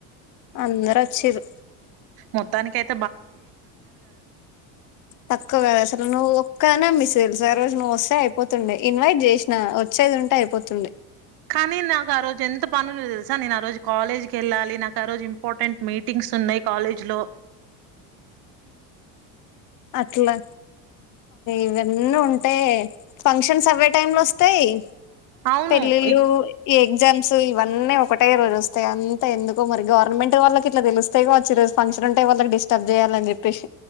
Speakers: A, on the left; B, on the right.
A: అందరు వచ్చిరు
B: మొత్తానికిైతే
A: తక్కువ వళసలు నువు ఒక్క నమ్మి ల్సారి రోజు నువ్వు వస్తే అయిపోతుండే ఇన్వైట్ చేసినా వచ్చేది ఉంటే అయిపోతుంది
B: కాాని నాకు ఆ రోజంత పనులు తెలుస నేను ఆ రోజు కాలేజ్ కి వెళ్ళాలి నాకు ఆ రోజు ఇంపార్టెంట్ మీటింగ్స్ ఉన్నాయి్ కాలేజ్ లో
A: అట్లా ఇవన్నీ ఉంటాయి ఫంక్షన్స్ అవే టైమ్ లో వస్తాయి
B: అవును
A: పెళ్ళిళ్ళు
B: ఈ
A: ఈ ఎగ్జామ్స్ ఇవన్నీ ఒకటే రోజు వస్తాయి అంత ఎందుకో మరి గవర్నమెంట్ వాళ్ళకి ఇట్లా తెలుస్తె వచ్చు ఈ రోజు ఫంక్షన్ ఉంటే వాళ్ళకి డిస్టర్బ్ చేయాలి అలా చెప్పేసి